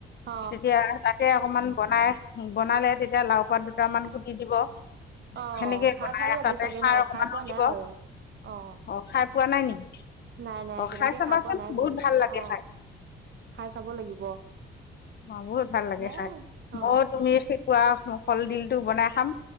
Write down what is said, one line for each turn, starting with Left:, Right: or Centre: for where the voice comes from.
Right: অ
Left: তেতিয়া তাকে অকমান বনাই, বনালে তেতিয়া লাও পাত দুটামান কুটি দিব।
Right: অ
Left: সেনেকৈ
Right: খাই
Left: বনাই
Right: ভাল লাগে
Left: তাতে
Right: চাগে
Left: খাৰ
Right: ন
Left: অকণমানো
Right: খাই পোৱা
Left: দিব
Right: নাই বাৰু অ
Left: অঁ খাই পোৱা নাই নেকি
Right: নাই নাই
Left: অঁ
Right: তেনেকে
Left: চাবাচোন
Right: খাই পোৱা নাই
Left: বহুত
Right: যেনিবা
Left: ভাল লাগে
Right: অ
Left: খাই
Right: খাই চাব লাগিব
Left: অ বহুত ভাল লাগে
Right: হে
Left: খাই
Right: অ
Left: মই তুমি শিকোৱা কলদিল টো বনাই খাম।